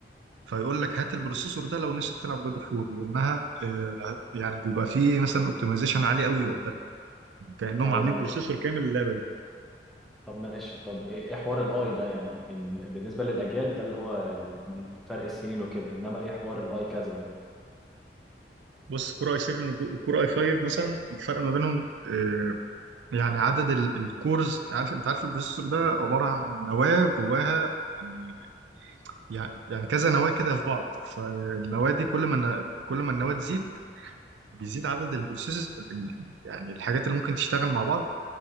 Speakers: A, on the right (about 80°); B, in the centre.
A: فيقول لك هات البروسيسور ده لو نفسك تلعب جاد اوف وور لانها آه، يعني بيبقى فيه مثلا اوبتمايزيشن عالي قوي وقتها كانهم
B: ايوه
A: عاملين
B: ايوه
A: بروسيسور كامل للعبه دي
B: طب ماشي طب ايه إيه حوار الاي ده يعني إن- بالنسبه للاجيال ده اللي هو ال- فرق السنين وكده انما ايه حوار الاي كذا ده
A: بص كور اي 7 وكور اي 5 مثلا الفرق ما بينهم آه، يعني عدد ال- الكورز عارف انت عارف البروسيسور ده عبارة عن نواة جواها إيه، يعني يعني كذا نواة كده في بعض فالنواة دي كل ما النا- كل ما النواة تزيد بيزيد عدد البروسيس ال- ال- يعني الحاجات اللي ممكن تشتغل مع بعض